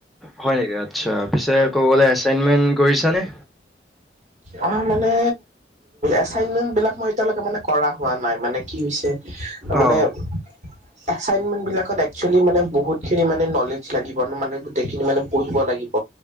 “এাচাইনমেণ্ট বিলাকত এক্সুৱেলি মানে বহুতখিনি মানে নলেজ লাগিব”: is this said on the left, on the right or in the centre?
Right